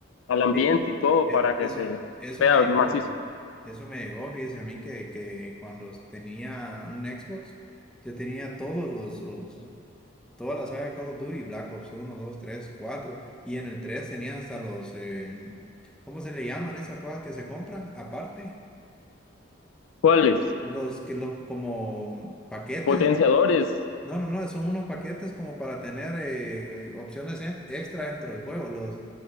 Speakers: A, on the left; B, in the centre.
A: al ambiente
B: Sí,
A: y todo
B: e-
A: para que
B: eso,
A: se
B: eso
A: vea
B: me llegó,
A: macizo.
B: ¿no? Eso me llegó, fíjese a mí que, que cuando tenía un Xbox, yo tenía todos los, los- todas las saga de Call of Duty, Black Ops uno, 2, 3, cuatro y en el 3 tenía hasta los, eh, ¿cómo se le llaman esas cosas que se compran aparte?
A: ¿Cuáles?
B: Los que los como paquetes,
A: Potenciadores.
B: no, no, no, son unos paquetes como para tener eh, opciones en- extra dentro del juego, los